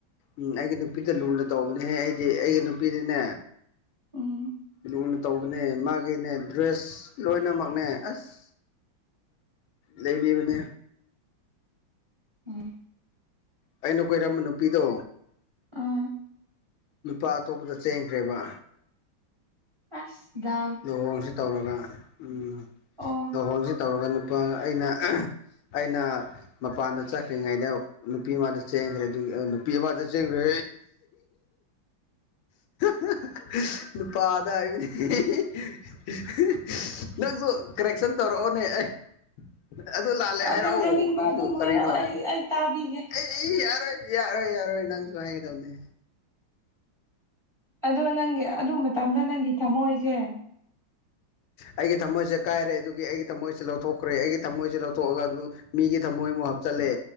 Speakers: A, on the left; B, on the right.
A: ꯎꯝ ꯑꯩꯒꯤ ꯅꯨꯄꯤꯗ ꯂꯨꯅ ꯇꯧꯕꯅꯦꯍꯦ ꯑꯩꯗꯤ ꯑꯩꯒꯤ ꯅꯨꯄꯤꯗꯤꯅꯦ
B: ꯎꯝ
A: ꯊꯨꯅ ꯇꯧꯕꯅꯦ ꯃꯥꯒꯤꯅꯦ ꯗ꯭ꯔꯦꯁ ꯂꯣꯏꯅꯃꯛꯅꯦ ꯑꯁ ꯂꯩꯕꯤꯕꯅꯦ
B: ꯎꯝ
A: ꯑꯩꯅ ꯀꯣꯏꯔꯝꯕ ꯅꯨꯄꯤꯗꯣ
B: ꯎꯝ
A: ꯅꯨꯨꯄꯥ ꯑꯇꯣꯞꯄꯗ ꯆꯦꯟꯈ꯭ꯔꯦꯕ
B: ꯑꯁꯗ
A: ꯂꯨꯍꯣꯡꯁꯤ ꯇꯧꯔꯒ ꯎꯝ
B: ꯑꯣ
A: ꯂꯨꯍꯣꯡꯁꯤ ꯇꯧꯔꯒ ꯅꯨꯄꯥ ꯑꯩꯅ ꯑꯩꯅ ꯃꯄꯥꯟꯗ ꯆꯠꯈ꯭ꯔꯤꯉꯩꯗ ꯅꯨꯄꯤ ꯑꯃꯗ ꯆꯦꯟꯈ꯭ꯔꯦ ꯑꯗꯨ ꯅꯨꯄꯤ ꯑꯃꯗ ꯆꯦꯟꯈ꯭ꯔꯦ <inaudible> ꯅꯨꯄꯥꯗ ꯍꯥꯏꯕꯅꯤ <unintelligible> ꯅꯪꯁꯨ ꯀꯔꯦꯛꯁꯟ ꯇꯧꯔꯛꯑꯣꯅꯦ ꯑꯩ ꯑꯗꯨ ꯂꯥꯜꯂꯦ
B: ꯑꯣ
A: ꯍꯥꯏꯔꯛꯑꯣ
B: ꯅꯪ ꯍꯥꯏꯅꯤꯡꯕ
A: ꯅꯪꯕꯨ
B: ꯑꯗꯨꯝ
A: ꯀꯔꯤꯅꯣ
B: ꯍꯥꯏꯔꯛꯑꯣ ꯑꯩ ꯑꯩ ꯇꯥꯕꯤꯒꯦ
A: ꯑꯦ ꯌꯥꯔꯣꯏ ꯌꯥꯔꯣꯏ ꯌꯥꯔꯣꯏ ꯅꯪꯁꯨ ꯍꯥꯏꯒꯗꯕꯅꯦ
B: ꯑꯗꯣ ꯅꯪꯒꯤ ꯑꯗꯨ ꯃꯇꯝꯗ ꯅꯪꯒꯤ ꯊꯝꯃꯣꯏꯁꯦ
A: ꯑꯩꯒꯤ ꯊꯝꯃꯣꯏꯁꯦ ꯀꯥꯏꯔꯦ ꯑꯗꯨꯒꯤ ꯑꯩꯒꯤ ꯊꯝꯃꯣꯏꯁꯦ ꯂꯧꯊꯣꯛꯈ꯭ꯔꯦ ꯑꯩꯒꯤ ꯊꯃꯣꯏꯁꯦ ꯂꯧꯊꯣꯛꯑꯒ ꯑꯗꯨ ꯃꯤꯒꯤ ꯊꯝꯃꯣꯏꯃꯨꯛ ꯍꯥꯞꯆꯤꯜꯂꯦ